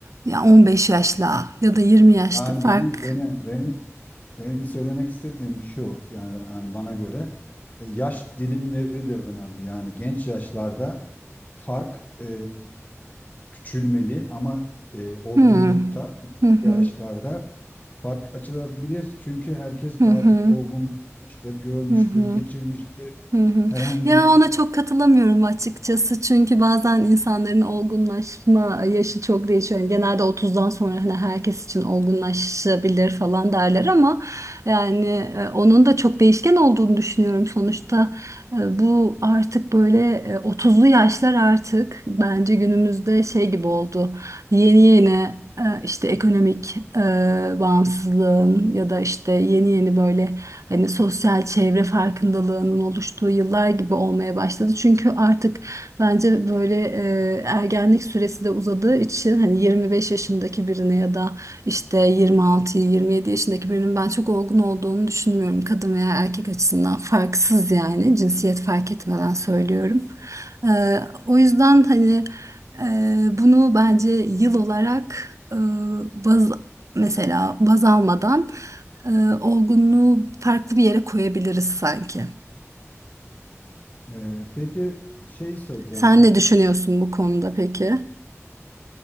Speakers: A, on the right; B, on the left.
A: ya on beş yaşla ya da yirmi yaşta
B: Yani
A: fark.
B: benim benim benim Benim söylemek istediğim şu yani, yani bana göre e, yaş dilimleri de önemli. Yani genç yaşlarda fark e, küçülmeli ama e, olgunlukta
A: Hmm.
B: ileriki
A: Hı hı.
B: yaşlarda fark açılabilir. Çünkü herkes
A: Hı
B: artık
A: hı.
B: olgunlaşmıştır, görmüştür,
A: Hı hı.
B: geçirmiştir.
A: Hı hı.
B: Herhangi
A: Ya
B: bir
A: ona çok katılamıyorum açıkçası çünkü bazen insanların olgunlaşma yaşı çok değişiyor. Yani genelde otuzdan sonra hani herkes için olgunlaşabilir falan derler ama yani e, onun da çok değişken olduğunu düşünüyorum. Sonuçta e, bu artık böyle e, 30'lu yaşlar artık bence günümüzde şey gibi oldu yeni yeni e, işte ekonomik e, bağımsızlığın ya da işte yeni yeni böyle hani sosyal çevre farkındalığının oluştuğu yıllar gibi olmaya başladı. Çünkü artık bence böyle e, ergenlik süresi de uzadığı için hani 25 yaşındaki birine ya da işte 26-27 yaşındaki birinin ben çok olgun olduğunu düşünmüyorum. Kadın veya erkek açısından farksız yani cinsiyet fark etmeden söylüyorum. E, o yüzden hani ee, bunu bence yıl olarak e, baz, mesela baz almadan e, olgunluğu farklı bir yere koyabiliriz sanki.
B: e, peki şey soracağım
A: Sen
B: ya.
A: ne düşünüyorsun bu konuda peki?